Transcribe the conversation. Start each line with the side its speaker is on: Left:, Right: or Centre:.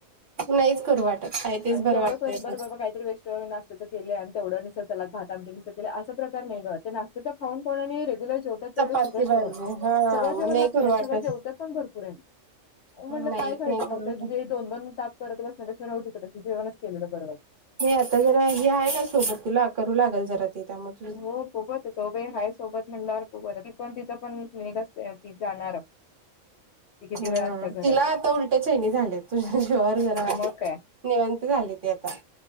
Right: नाहीच करू वाटत आहे तेच
Left: आणि
Right: बरं
Left: तेवढं
Right: वाटतंय
Left: बरं
Right: बघ.
Left: बाबा काहीतरी वेस्ट नात त्यांच केलंय आणि तेवढं चलात भात आमटी नुसतं केल असा प्रकार नाही ग ते नाशत्यां खाऊन खाऊन आणि रेग्युल जेवतात तेवढं
Right: चपाती
Left: सगळं
Right: पाहिजे
Left: जेवण
Right: हा
Left: सगळं
Right: मग
Left: जेवण
Right: नाही
Left: लागतय
Right: करू
Left: आणि
Right: वाटत.
Left: सगळं जेवतात पण भरपूर आणि मं
Right: नाही
Left: म्हटलं काय फायदा
Right: नाही
Left: मग
Right: करू वाटत.
Left: ते जे दोन दोन ताप करत बसण्या पेक्षा राहूदे त्यापेक्षा जेवणच केलेलं बर वाटतं.
Right: नाही आता जरा ही आहे ना सोबत तुला करू लागल जरा ती त्यामध्ये
Left: हो बघू आता जाऊबाई हाय सोबत म्हणल्यावर बघू आता ती पण तिथं पण क्लिनिक असत्या ती जाणार ती किती
Right: हा
Left: वेळ असते घरात
Right: तिला आता उलट्या चैनी झाल्यात तुझ्या जीवावर जरा
Left: मग काय
Right: निवांत झाली ती आता